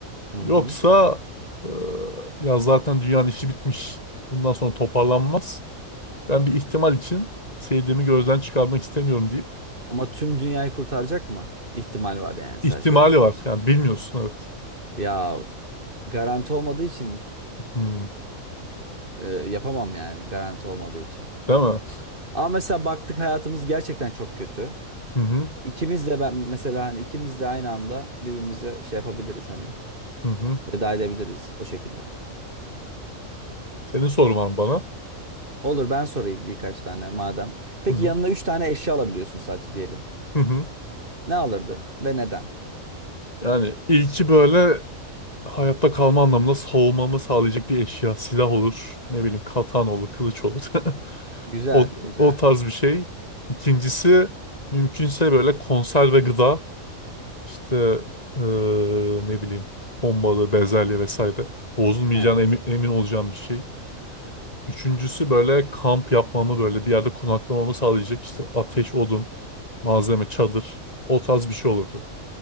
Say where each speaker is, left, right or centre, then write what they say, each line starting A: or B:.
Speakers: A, on the right; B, on the left.
A: Hı
B: Yoksa
A: hı.
B: e, ya zaten dünyanın işi bitmiş. Bundan sonra toparlanmaz. Ben bir ihtimal için sevdiğimi gözden çıkarmak istemiyorum deyip
A: Ama tüm dünyayı kurtaracak mı? İhtimal var yani sadece
B: İhtimali
A: değil mi?
B: var. Yani bilmiyorsun evet.
A: Ya garanti olmadığı için
B: Hmm.
A: e, yapamam yani garanti olmadığı için.
B: Değil mi?
A: Ama mesela baktık hayatımız gerçekten çok kötü.
B: Hı hı.
A: İkimiz de ben mesela hani ikimiz de aynı anda birbirimize şey yapabiliriz hani
B: Hı hı.
A: veda edebiliriz o şekilde.
B: Senin sorun var mı bana?
A: Olur ben sorayım birkaç tane madem. Peki
B: Hı hı.
A: yanına üç tane eşya alabiliyorsun sadece diyelim.
B: Hı hı.
A: Ne alırdın ve neden?
B: Yani ilki böyle hayatta kalma anlamında savunmamı sağlayacak bir eşya. Silah olur. Ne bileyim katan olur. Kılıç olur. <laughs>
A: Güzel,
B: O,
A: güzel.
B: o tarz bir şey. İkincisi mümkünse böyle konserve gıda. işte eee, ne bileyim bombalı, bezelye vesaire. Bozulmayacağına
A: Evet,
B: emin, emin olacağım bir şey. Üçüncüsü böyle kamp yapmamı böyle bir yerde konaklamamı sağlayacak işte ateş, odun, malzeme, çadır. O tarz bir şey olurdu.